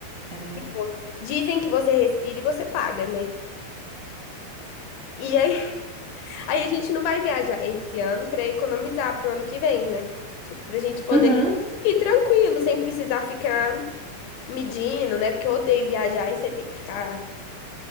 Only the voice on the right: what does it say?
é verdade.
Uhum.